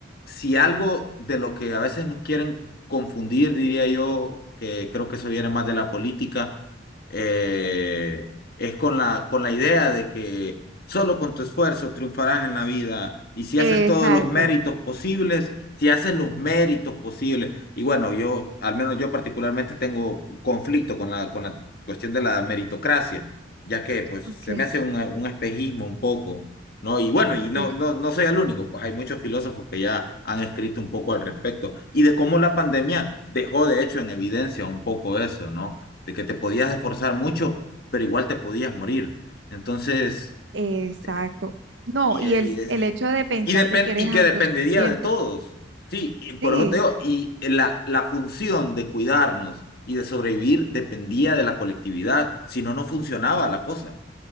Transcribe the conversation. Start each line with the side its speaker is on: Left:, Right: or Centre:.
Left: si algo de lo que a veces nos quieren confundir, diría yo, que creo que eso viene más de la política, eh, es con la, con la idea de que solo con tu esfuerzo triunfarás en la vida y si
Right: Exacto.
Left: haces todos los méritos posibles, si haces los méritos posibles. Y bueno, yo, al menos yo particularmente tengo conflicto con la, con la cuestión de la meritocracia, ya que pues se
Right: Ok,
Left: me hace un un espejismo un poco. ¿no? Y bueno,
Right: ok.
Left: y no, no, no soy el único, pues hay muchos filósofos que ya han escrito un poco al respecto y de cómo la pandemia dejó de hecho en evidencia un poco eso, ¿no? De que te podías esforzar mucho, pero igual te podías morir. Entonces,
Right: Exacto.
Left: eh,
Right: No,
Left: y,
Right: y
Left: eh,
Right: el,
Left: y, es-
Right: el hecho de pensar
Left: y depen-
Right: de que eres
Left: y que
Right: autosuficiente.
Left: dependería de todos. Sí, y por
Right: Sí.
Left: eso te digo, y la, la función de cuidarnos y de sobrevivir dependía de la colectividad, si no, no funcionaba la cosa.